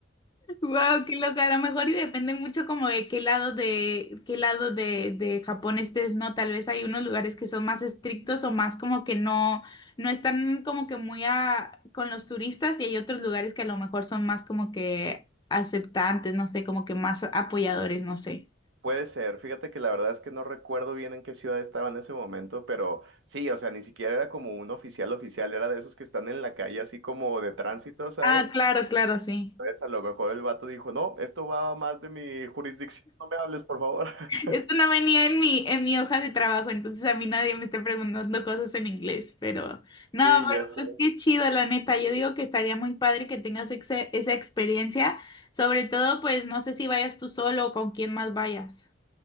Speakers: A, on the left; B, on the right.
A: Wow, qué loca. A lo mejor y depende mucho como de qué lado de, qué lado de, de Japón estés, ¿no? Tal vez hay unos lugares que son más estrictos o más como que no, no están como que muy a, con los turistas y hay otros lugares que a lo mejor son más como que aceptantes, no sé, como que más apoyadores, no sé.
B: Puede ser, fíjate que la verdad es que no recuerdo bien en qué ciudad estaba en ese momento, pero sí, o sea, ni siquiera era como un oficial oficial, era de esos que están en la calle así como de tránsito, ¿sabes?
A: Ah, claro, claro, sí.
B: Entonces a lo mejor el vato dijo, no, esto va más de mi jurisdicción, no me hables, por favor. <laughs>
A: Esto no venía en mi, en mi hoja de trabajo, entonces a mí nadie me está preguntando cosas en inglés, pero no,
B: Y
A: pero
B: ya sé.
A: pues qué chido, la neta. Yo digo que estaría muy padre que tengas exe- esa experiencia, sobre todo, pues no sé si vayas tú solo o con quién más vayas.